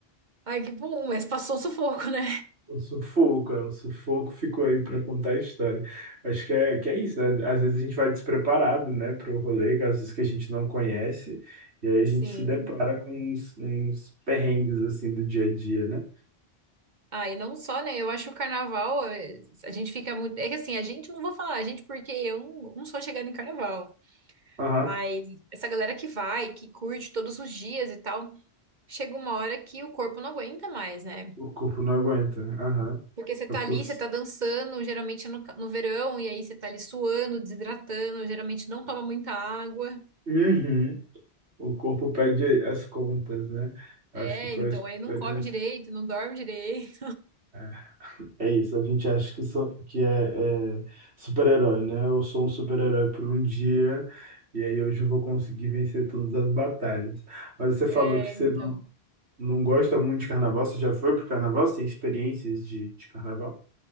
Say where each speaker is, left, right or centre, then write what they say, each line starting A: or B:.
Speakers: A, on the right; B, on the right.
A: Ai, que bom, mas passou um sufoco, né?
B: O sufoco, é, o sufoco ficou aí pra contar a história. Acho que é, que é isso, né? Às vezes a gente vai despreparado, né, pro rolê, às vezes que a gente não conhece, e aí a
A: Sim.
B: gente se depara com uns, uns perrengues, assim, do dia a dia, né?
A: Ah, e não só, né? Eu acho que o carnaval, eh, a gente fica muito. É que assim, a gente não vou falar, a gente, porque eu não, não sou chegada em carnaval.
B: Aham,
A: Mas essa galera que vai, que curte todos os dias e tal, chega uma hora que o corpo não aguenta mais, né?
B: o corpo não aguenta, aham.
A: Porque você tá
B: É porque
A: ali,
B: eu...
A: você tá dançando, geralmente no, ca- no verão, e aí você tá ali suando, desidratando, geralmente não toma muita água.
B: Uhum. O corpo pede as contas, né? Acho
A: É,
B: que foi
A: então
B: a experiência.
A: aí não come direito, não dorme direito.
B: Ah, É isso, a gente acha que, só, que é, é super-herói, né? Eu sou um super-herói por um dia, e aí hoje eu vou conseguir vencer todas as batalhas. Mas você falou
A: É,
B: que você
A: então.
B: não, não gosta muito de carnaval, você já foi pro carnaval? Você tem experiências de, de carnaval?